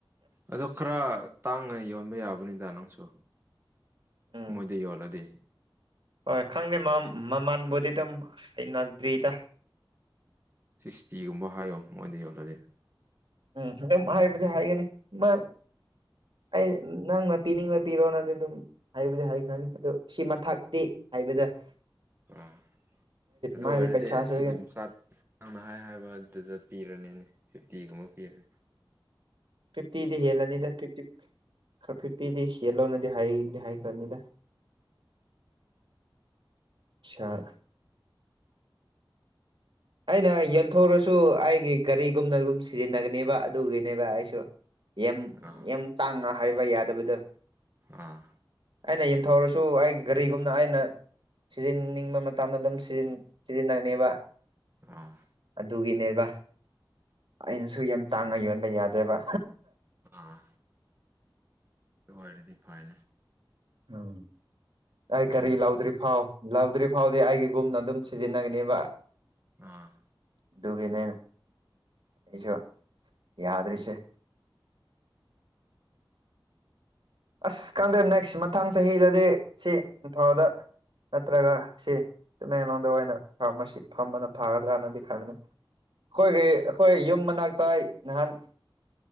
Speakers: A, on the right; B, on the right.
A: ꯑꯗꯣ ꯈꯔ ꯇꯥꯡꯅ ꯌꯣꯟꯕ ꯌꯥꯕꯅꯤꯗ ꯅꯪꯁꯨ
B: ꯎꯝ
A: ꯃꯣꯏꯗ ꯌꯣꯜꯂꯗꯤ꯫
B: ꯍꯣꯏ ꯈꯪꯗꯦ ꯃꯃꯜꯕꯨꯗꯤ ꯑꯗꯨꯝ ꯍꯩꯅꯗ꯭ꯔꯤꯗ
A: ꯁꯤꯛꯁꯇꯤꯒꯨꯝꯕ ꯍꯥꯏꯌꯣ ꯃꯣꯏꯗ ꯌꯣꯜꯂꯗꯤ꯫
B: ꯎꯝ ꯑꯗꯨꯝ ꯍꯥꯏꯕꯗꯤ ꯍꯥꯏꯒꯅꯤ ꯃꯥ ꯑꯩ ꯅꯪꯅ ꯄꯤꯅꯤꯡꯅ ꯄꯤꯔꯣꯅꯗꯤ ꯑꯗꯨꯝ ꯍꯥꯏꯕꯗꯤ ꯍꯥꯏꯈ꯭ꯔꯅꯤ ꯁꯤ ꯃꯊꯛꯇꯤ ꯍꯥꯏꯕꯗꯣ
A: ꯑꯥ ꯑꯗꯨ
B: ꯃꯥꯗꯤ
A: ꯑꯣꯏꯔꯗꯤ
B: ꯄꯩꯁꯥꯁꯨ
A: ꯑꯁꯤꯒꯤ ꯃꯈꯥ ꯅꯪꯅ ꯍꯥꯏ ꯍꯥꯏꯕ ꯑꯗꯨꯗ ꯄꯤꯔꯅꯤ ꯐꯤꯞꯇꯤꯒꯨꯝꯕ ꯄꯤꯔ
B: ꯐꯤꯞꯇꯤꯗꯤ ꯍꯦꯜꯂꯅꯤꯗ ꯐꯤꯞꯇꯤ ꯈꯔ ꯐꯤꯞꯇꯤꯗꯤ ꯍꯦꯜꯂꯧꯅꯗꯤ ꯍꯥꯏꯗꯤ ꯍꯥꯏꯈ꯭ꯔꯅꯤꯗ꯫ ꯁꯥꯔ ꯑꯩꯅ ꯌꯦꯟꯊꯊꯧꯔꯁꯨ ꯑꯩꯒꯤ ꯒꯥꯔꯤꯒꯨꯝꯅ ꯑꯗꯨꯝ ꯁꯤꯖꯤꯟꯅꯒꯅꯦꯕ ꯑꯗꯨꯒꯤꯅꯦꯕ ꯑꯩꯁꯨ ꯌꯥꯝ
A: ꯑꯥ
B: ꯌꯥꯝ ꯇꯥꯡꯅ ꯍꯥꯏꯕ ꯌꯥꯗꯕꯗꯣ
A: ꯑꯥ
B: ꯑꯩꯅ ꯌꯦꯟꯊꯧꯔꯁꯨ ꯑꯩꯒꯤ ꯒꯥꯔꯤꯒꯨꯝꯅ ꯑꯩꯅ ꯁꯤꯖꯤꯟꯅꯅꯤꯡꯕ ꯃꯇꯝꯗ ꯑꯗꯨꯝ ꯁꯤꯖꯤꯟꯅꯅꯦꯕ
A: ꯑꯥ
B: ꯑꯗꯨꯒꯤꯅꯦꯕ ꯑꯩꯅꯁꯨ ꯌꯥꯝ ꯇꯥꯡꯉ ꯌꯣꯟꯕ ꯌꯥꯗꯦꯕ
A: ꯑꯥ ꯑꯗꯨ ꯑꯣꯏꯔꯗꯤ ꯐꯅꯦ
B: ꯎꯝ ꯑꯩ
A: ꯑꯗꯨ
B: ꯒꯥꯔꯤ
A: ꯅꯠꯇꯕꯤ
B: ꯂꯥꯎꯗ꯭ꯔꯤ ꯐꯥꯎ ꯂꯧꯗ꯭ꯔꯤ ꯐꯥꯎꯗꯤ ꯑꯩꯒꯤꯒꯨꯝꯅ ꯑꯗꯨꯝ ꯁꯤꯖꯤꯟꯅꯒꯅꯦꯕ
A: ꯑ
B: ꯑꯗꯨꯒꯤꯅꯦ ꯑꯩꯁꯨ ꯌꯥꯗ꯭ꯔꯤꯁꯦ ꯑꯁ ꯀꯥꯟꯗꯦ ꯅꯦꯛꯁ ꯃꯊꯥꯡ ꯆꯍꯤꯗꯗꯤ ꯁꯤ ꯏꯝꯐꯗ ꯅꯠꯇ꯭ꯔꯒ ꯁꯤ ꯇꯃꯦꯡꯂꯣꯗ ꯑꯣꯏꯅ ꯐꯥꯔꯃꯥꯁꯤ ꯐꯝꯕꯅ ꯐꯥꯒꯗ꯭ꯔꯅꯗꯤ ꯈꯟꯕꯅꯤ ꯑꯩꯈꯣꯏꯒꯤ ꯑꯩꯈꯣꯏ ꯌꯨꯝ ꯃꯅꯥꯛꯇ ꯅꯍꯥꯟ